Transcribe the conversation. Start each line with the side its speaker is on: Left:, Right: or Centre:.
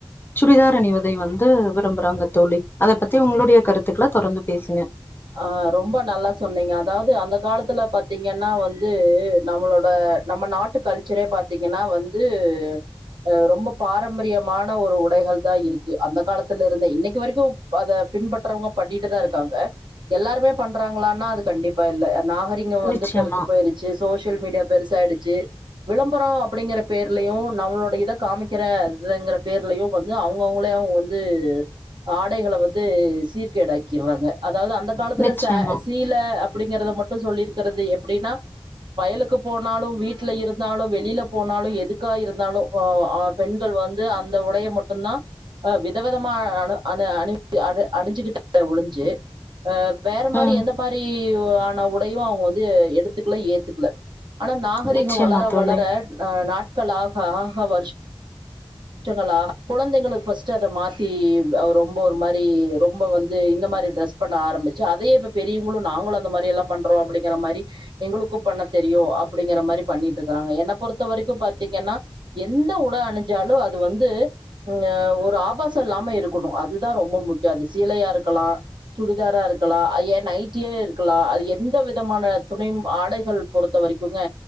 Left: சுடிதார் அணிவதை வந்து விரும்புறாங்க தோழி அத பத்தி உங்ளுடைய கருத்துக்கள தொடர்ந்து பேசுங்க
Right: ஆ ரொம்ப நல்லா சொன்னீங்க அதாவ்து அந்த காலத்துல பாத்தீங்கன்னா வந்து நம்மளோட நம்ம நாட்டு கல்ச்சரே பாத்தீங்கன்னா வந்து அ ரொம்ப பாரம்பரியமான ஒரு உடைகள் தா இருக்கு அந்த காலத்துலருந்தே இன்னைக்கு வரைக்கு அத பின்பற்றவுங்க பண்ணிடிட்டுதா இருக்காங்க எல்லாருமே பண்றாங்களானா அது கண்டிப்பா இல்ல நாகரீகொ வந்து
Left: நிச்சயமா
Right: பெருத்துப் போயிருச்சு சோஷியல் மீடியா பெருசாயிடுச்சு விளம்பரோ அப்டிங்கிற பேர்லயு நம்ளோட இத காமிக்கிற இதங்கிற பேர்லயு வந்து அவுங்கவுங்களாவு வந்து ஆடைகள வந்து சீர்க்கேடாக்கிர்றாங்க அதாவுது அந் காலத்துல
Left: நிச்சயமா
Right: சே சீல அப் டிங்கறத மட்டு சொல்லிருக்கிறது எப்டின்னா வயலுக்கு போனாலு வீட்ல இருந்தாலு வெளியில போனாலு எதுக்கா இருந்தாலு ஆ ஆ பெண்கள் வந்து அந்த உடைய மட்டுந்தா ஆ விதவிதமா அணு அணு அணி அணி அணிஞ்சுகிட்டாங்களே ஒழிஞ்சு ஆ வேற மாரி
Left: ம்.
Right: எந்த மாரி ஆன உடையு அவங்க வந்து எடுத்துக்கல ஏத்துக்கல. ஆனா நாகரீகோ
Left: நிச்சயமா
Right: வளர
Left: தோழி.
Right: வளர ஆ நாட் கள் ஆக ஆக வருஷங்களாக குழந்தைகளுக்கு ஃபஸ்ட்டு அத மாத்தி ஆ ரொம்ப ஒரு மாரி ரொம்ப வந்து இந்த மாரி ட்ரெஸ் பண்ண ஆரம்பிச்சு அதையே இப்ப பெரியவங்களு நாங்களு அந்த மாரி எல்லா பண்றோ அப்பிடிங்கிற மாரி எங்களுக்கு பண்ண தெரியும் அப்படிங்கிற மாரி பண்ணிட்டு இருக்கறாங்க என்னை பொறுத்த வரைக்கு பாத்தீங்கன்னா எந்த உட அணிஞ்சாலு அது வந்து ம் ஆ ஒரு ஆபாசோ இல்லாம இருக்கணு அதுதா ரொம்பொ முக்கியோ அது சீலையா இருக்கலா சுடிதாரா இருக்கலா ஆ ஏன் நைட்டியே இருக்கலா அது எந்த விதமான துணியும் ஆடைகள் பொறுத்த வரைக்குங்க